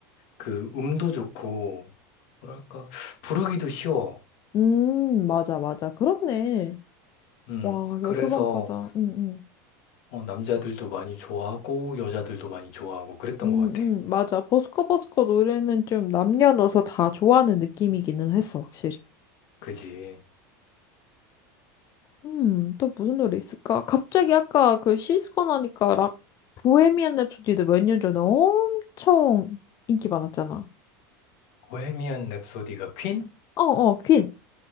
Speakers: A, on the left; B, on the left.
A: 그 음도 좋고 뭐랄까 부르기도 쉬워.
B: 음, 맞아, 맞아. 그렇네.
A: 음.
B: 와,
A: 그래서
B: 여수밤바다. 응, 응.
A: 어, 남자들도 많이 좋아하고 여자들도 많이 좋아하고 그랬던
B: 음,
A: 것 같아.
B: 응 맞아. 버스커버스커 노래는 좀 남녀노소 다 좋아하는 느낌이기는 했어, 확실히.
A: 그지?
B: 음, 또 무슨 노래 있을까? 갑자기 아까 그 시스콘 하니까 락, 보헤미안 랩소디도 몇 년 전에 엄청 인기 많았잖아.
A: 보헤미안 랩소디가 퀸?
B: 어, 어, 퀸.